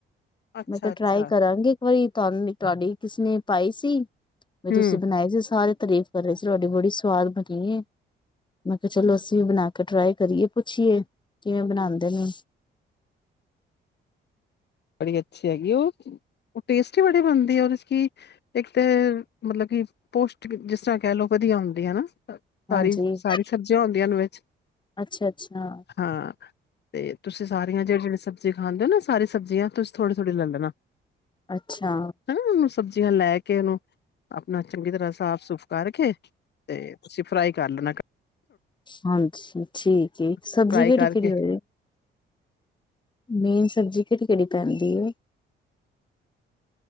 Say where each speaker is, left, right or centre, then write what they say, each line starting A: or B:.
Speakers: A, on the left (about 60°); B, on the left (about 25°).
A: ਅੱਛਾ
B: ਮੈਂ ਕਿਹਾ
A: ਅੱਛਾ
B: ਟਰਾਈ ਕਰਾਂਗੀ ਇੱਕ ਵਾਰੀ ਤੁਹਾਨੂੰ ਤੁਹਾਡੀ ਕਿਸਨੇ ਪਾਈ ਸੀ। ਵੀ
A: ਹਮ
B: ਤੁਸੀਂ ਬਣਾਏ ਸੀ ਸਾਰੇ ਤਾਰੀਫ ਕਰ ਰਹੇ ਸੀ ਤੁਹਾਡੀ ਬੜੀ ਸਵਾਦ ਬਣੀ ਏ। ਮੈਂ ਕਿਹਾ ਚਲੋ ਅਸੀਂ ਵੀ ਬਣਾ ਕੇ ਟਰਾਈ ਕਰੀਏ ਪੁੱਛੀਏ, ਕਿਵੇਂ ਬਣਾਉਂਦੇ ਨੇ।
A: ਬੜੀ ਅੱਛੀ ਹੈਗੀ ਉਹ ਟੇਸਟੀ ਹੀ ਬੜੀ ਬਣਦੀ ਹੈ। ਔਰੇ ਚ ਕੀ ਇੱਕ ਤੇ ਮਤਲਬ ਕਿ ਪੋਸ਼ਟ ਜਿਸ ਤਰ੍ਹਾਂ ਕਹਿ ਲਓ ਵਧੀਆ ਹੁੰਦੀ ਹੈਨਾ। ਸਾਰੀ
B: ਹਾਂਜੀ
A: ਸਾਰੀ ਸਬਜ਼ੀਆਂ ਹੁੰਦੀਆਂ ਵਿੱਚ
B: ਅੱਛਾ ਅੱਛਾ
A: ਹਾਂ ਤੇ ਤੁਸੀਂ ਸਾਰੇ ਜਾਂ ਜਿਹੜੀ, ਜਿਹੜੀ ਸਬਜ਼ੀ ਖਾਂਦੇ ਉਹ ਨਾ ਸਾਰੀ ਸਬਜ ਜਿਵੇਂ ਤੁਸੀ ਥੋੜੀ, ਥੋੜੀ ਲੇ ਲੈਣਾ।
B: ਅੱਛਾ।
A: ਹਨਾ ਉਹਨੂੰ ਸਬਜ਼ੀਆਂ ਲੈ ਕੇ ਉਹਨੂੰ ਅਪਣਾ ਚੰਗੀ ਤਰ੍ਹਾਂ ਸਾਫ਼ ਸੂਫ਼ ਕਰਕੇ ਤੇ ਤੁਸੀਂ ਫਰਾਈ ਕਰ ਲੈਣਾ।
B: ਹਾਂਜੀ। ਠੀਕ ਏ ਸਬਜ਼ੀ
A: ਫਰਾਈ
B: ਕਿਹੜੀ
A: ਕਰਕੇ
B: ਕਿਹੜੀ ਹੋ ਮੇਨ ਸਬਜ਼ੀ ਕਿਹੜੀ ਕਿਹੜੀ ਪੈਂਦੀ ਏ।